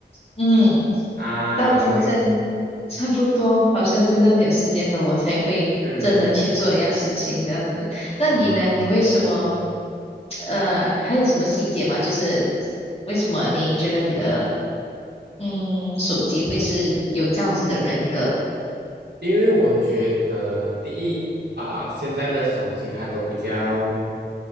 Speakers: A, on the left; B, on the right.
A: 嗯，
B: 啊，OK，
A: 到真正差不多，好像真的没有时间了，我才会真的去做一样事情这样子。
B: 嗯，
A: 那你呢？
B: 啊。
A: 你为什么？呃，还有什么细节吗？就是为什么你觉得你的嗯手机会是有这样子的人格？
B: 因为我觉得第一啊、现在的手机它都比较